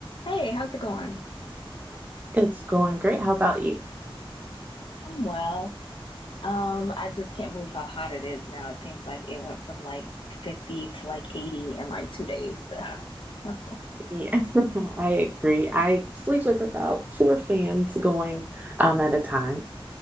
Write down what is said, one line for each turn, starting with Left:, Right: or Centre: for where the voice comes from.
Left: Hey, how's it going?
Right: It's going great. How about you?
Left: I'm well. Um, I just can't believe how hot it is now. It seems like it went from like 50 to like 80 in like two days. <laughs> Oh,
Right: Yeah, <laughs> I agree. I sleep with about four fans going um at a time.